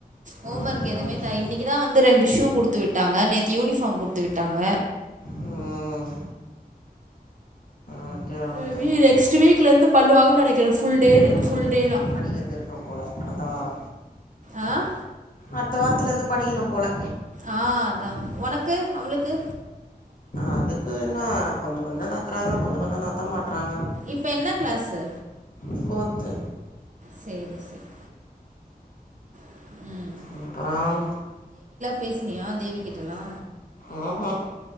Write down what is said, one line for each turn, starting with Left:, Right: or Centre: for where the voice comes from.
Right: ஹோமர்க்
Left: ஓகே
Right: எதுமே
Left: ஓகே
Right: த இன்னைக்குதா வந்து ரெண் டு ஷூ குடுத்து விட்டாங்க நேத்து யூனிஃபார்ம் குட்த்து விட்டாங்க
Left: ம் ஓகே
Right: மேபி
Left: ஓகே
Right: நெக்ஸ்ட்டு வீக்லிந்து பண்ணுவாங்க நெனக்கிற ஃபுல் டே
Left: ம்
Right: ஃபுல் டே லா
Left: படிக்கிறது இருக்கு போல அடுத்த வாரோ
Right: ஆஹ்
Left: அட்த்த வாரத்துலிந்து படிக்கணு போல
Right: ஆஹ் அதா ஒனக்கு அவளுக்கு
Left: அதுக்கு னா கொஞ்ச கொஞ்சோ நத்தறாங்க கொஞ்ச கொஞ்சோ நட்த்த மாட்றாங்க
Right: இப்ப என்ன க்ளாஸ்ஸு
Left: ஃபோர்த்து
Right: சேரி சேரி ம்
Left: அப்றோம்
Right: பேஸ்னியா தேவி கிட்டலா
Left: ம் ஹும்